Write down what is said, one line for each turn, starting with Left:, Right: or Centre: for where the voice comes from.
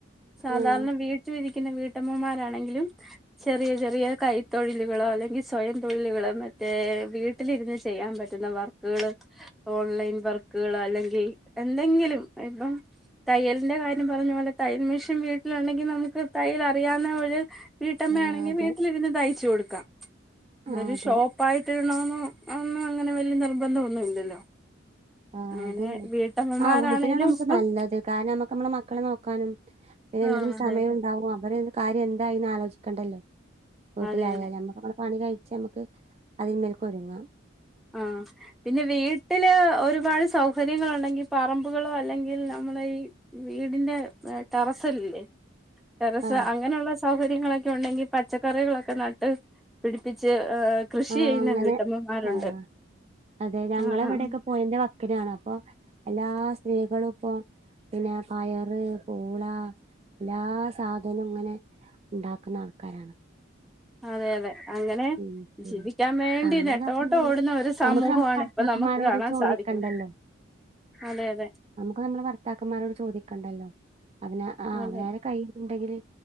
Centre: സാധാരണ
Right: ആഹ്
Centre: വീ ട്ടിലിരിക്കുന്ന വീട്ടമ്മമാരാണെങ്കിലും ചെറിയ ചെറിയ കൈത്തൊഴിലുകളോ അല്ലെങ്കി സ്വയം തൊഴിലുകളോ മറ്റേ വീട്ടിലിരുന്ന് ചെയ്യാൻ പറ്റ് റ്റുന്ന വർക്ക്ള് ഓൺലൈൻ വർക്കള് അല്ലെങ്കി എന്തെങ്കിലും ഇപ്പം തയ്യലിന്റെ കാര്യം പറഞ്ഞ പോലെ തയ്യൽ മെഷീൻ വീട്ടിലുണ്ടെങ്കിൽ നമുക്ക് തയ്യൽ അറിയാവുന്ന ഒരു വീട്ടമ്മയാണെങ്കിൽ
Right: ആഹ് അതെ
Centre: വീട്ടിലിരുന്ന് തയ്ച്ചു കൊടുക്കാം ഇതോരു
Right: ആഹ് അതെ
Centre: ഷോ പ്പായിട്ടിടണമെന്നോ ഒന്നുഅങ്ങനെ വല്ല്യ നിർബന്ധഒന്നു ഇല്ലല്ലോ?
Right: ആഹ്
Centre: അങ്ങനെ
Right: അതന്നെ
Centre: വീട്ടമ്മമാരാണേലും
Right: ആഹ് വീട്ടിലാണമ്മക്ക്
Centre: ഇപ്പം
Right: നല്ലത് കാരണം നമ്മക്അമ്മളെ മക്കള നോക്കാനും എല്ലത്തിനും
Centre: ആഹ് അതെ
Right: സമയ
Centre: അതെ
Right: ഉണ്ടാവും അവരെ കാര്യ എന്തായിന്നാ അലോചിക്കണ്ടല്ലോ വീട്ടിലായാല്
Centre: അതെ അതെ
Right: അമ്മക്കഅ പണി കഴിച്ച് അമ്മക്ക് അതിന്മേൽക്കൊരുങ്ങാം
Centre: ആഹ് പിന്നെ വീട്ടില് ഒരുപാട് സൗ സൗകര്യങ്ങളുണ്ടെങ്കിൽ പറമ്പുകളോ അല്ലെങ്കിൽ നമ്മള ഈ വീടിന്റെ ടെറസ്സ്ലല്ലേ ടെറസ്
Right: ആഹ്
Centre: അങ്ങനെള്ള സൗകര്യങ്ങളൊക്കെ ഉണ്ടെങ്കി പച്ചക്കറികളൊക്കെ നട്ട് പിടിപ്പിച്ച് കൃഷി
Right: ആഹ്
Centre: ചെയ്യുന്ന
Right: അങ്ങനെ
Centre: വീട്ടമ്മമാരുണ്ട്
Right: ആഹ് അതെ ഞങ്ങളെവടെയ്ക്കെ
Centre: ആഹ്
Right: പോയന്റെ വക്കിനാണ് അപ്പൊ എല്ലാ സ്ത്രീകളുപ്പോ പിന്നെ പയറ് പൂള എല്ലാ സാധനങ്ങളും ഇങ്ങനെ ണ്ടാക്ക്ണ അൾക്കാരാണ്
Centre: അതെ അതെ അങ്ങനെ
Right: ഉം ചെയ്യണം
Centre: ജീവിക്കാവേണ്ടി
Right: അങ്ങനെ
Centre: നെട്ടോട്ടം
Right: പറഞ്ഞാല്
Centre: ഓടുന്ന ഒരു സമൂഹമാണ്
Right: നമുക്ക് നമ്മുടെ ഭർത്താക്കന്മാരോട്
Centre: പ്പം നമുക്ക് കാണാൻ
Right: ചോദിക്കണ്ടല്ലോ.
Centre: സാധിക്കും അതെ അതെ
Right: അപ്പമ്മളെ ഭർത്താക്കന്മാരോട് ചോദിക്കണ്ടല്ലോ അതിന ആഹ്
Centre: അതെ
Right: അവനരെ കയ്യില്ണ്ടെങ്കി